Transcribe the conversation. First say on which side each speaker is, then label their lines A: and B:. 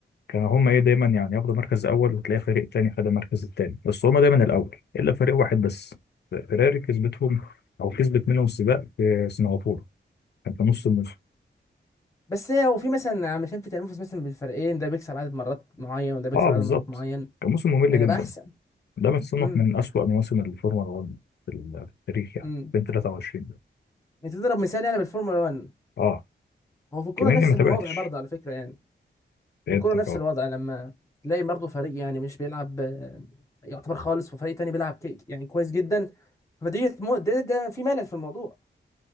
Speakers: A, on the left; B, on the left.
A: كانوا هما ايه دايما يعني ياخدوا مركز اول وتلاقي فريق تاني خد المركز التاني بس هما دايما الاول الا فريق واحد بس فيراري كسبتهم او كسبت منهم السباق في سنغافوره كان في نص الموسم
B: بس هي هو في مثلا علشان في تنافس مثلا بين الفريقين ده بيكسب عدد مرات معين وده بيكسب
A: اه بالظبط
B: عدد مرات معين
A: كان موسم ممل
B: كان
A: جدا
B: يبقى احسن
A: ده متصنف
B: امم
A: من أسوأ مواسم الفورمولا 1 في ال- في التاريخ يعني
B: امم
A: 2023 ده
B: تضرب مثال يعني بالفورمولا 1
A: اه
B: هو في الكوره
A: كمان
B: نفس
A: دي ما تابعتش
B: الوضع برضه على فكره يعني
A: فهمتك
B: الكورة نفس
A: اه
B: الوضع لما تلاقي برضه فريق يعني مش بيلعب آه، يعتبر خالص وفريق تاني بيلعب كيك يعني كويس جدا فدي مو- ده, ده في ملل في الموضوع